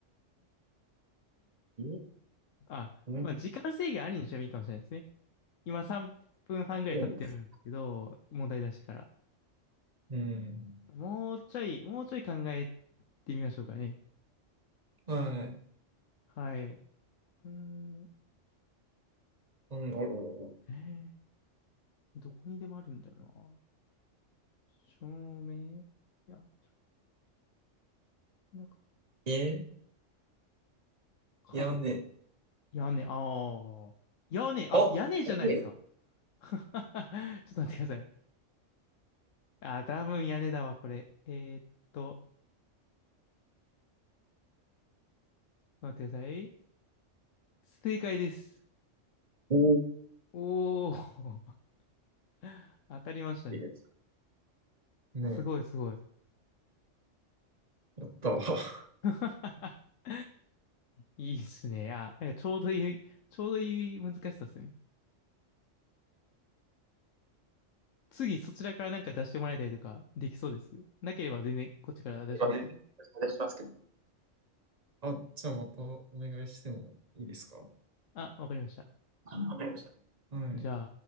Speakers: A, on the right (about 35°); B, on the left (about 80°).
A: え、
B: あ、
A: ね。
B: まあ、時間制限ありにしてもいいかもしれないですね。今3分半ぐらい経ってるんですけど、
A: そうです。
B: 問題出してから。
A: うん。
B: もうちょい、もうちょい考えてみましょうかね。
A: はい。
B: はい。うーん、
A: なんだろ
B: えーどこにでもあるんだよな。照明、いや、なんか、
A: う。え、
B: 角、
A: 屋根。
B: 屋根、ああ、屋根、あ、
A: あ、
B: 屋根じゃないですか。
A: おいい。
B: <laughs> ちょっと待ってください。あー、多分屋根だわ、これ。えーっと、待ってください。正解です。
A: おー
B: おー、<laughs> 当たりましたね。
A: いいです。ね
B: すごいすごい。
A: え、やったわ。<laughs>
B: <laughs> いいっすね。あ、なんかちょうどいい、ちょうどいい難しさですね。次そちらからなんか出してもらいたりとかできそうです。なければ全然こっちから出しますけど。
A: 今全然お願いしますけど。あ、じゃあまたお願いしてもいいですか
B: あ、わかりました。
A: あわかりました。はい。
B: じゃ